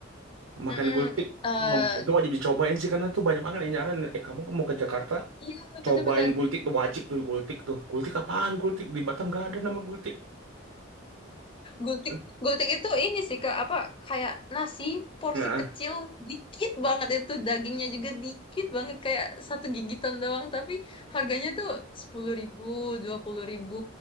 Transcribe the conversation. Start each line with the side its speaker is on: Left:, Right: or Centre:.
Right: Makan
Left: Mm-mm.
Right: gultik
Left: Eh,
Right: nom- itu wajib dicobain sih karena tuh banyak banget yang nyaran eh kamu mau ke Jakarta
Left: iya,
Right: cobain
Left: bener-bener.
Right: gultik tuh wajib tuh gultik tuh gultik apaan gultik di Batam gak ada nama gultik
Left: Gultik,
Right: <laughs>
Left: gultik itu ini sih Kak, apa kayak nasi porsi
Right: nah
Left: kecil, dikit banget itu dagingnya juga dikit banget kayak satu gigitan doang, tapi harganya tuh sepuluh ribu, dua puluh ribu.